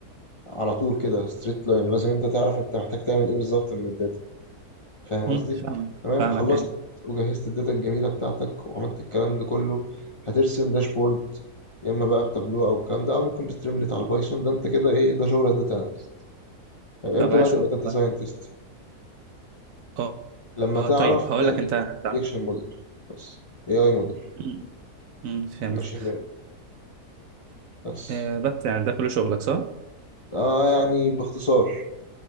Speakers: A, on the left (about 35°); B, on the right (about 70°).
A: على طول كده ستريت لاين لازم أنت تعرف أنت محتاج تعمل إيه بالظبط من الداتا فاهم
B: مم،
A: قصدي
B: فاهمك
A: تمام
B: فاهمك
A: خلصت
B: ايوه
A: وجهزت الداتا الجميلة بتاعتك وعملت الكلام ده كله هترسم داشبورد يا اما بقى بتابلو او الكلام ده او ممكن بستريملت على البايثون ده انت كده ايه ده شغل الداتا اناليست طيب امتى
B: طب عاش
A: بقى تبقى
B: والله
A: داتا ساينتست
B: اه
A: لما
B: آه،
A: تعرف
B: طيب هقول
A: تعمل
B: لك انت انت
A: بريدكشن
B: عن-
A: موديل بس اي اي موديل
B: مم، مم، فهمتك
A: الماشين ليرنينج بس
B: آه، بس يعني ده كل شغلك صح
A: اه يعني باختصار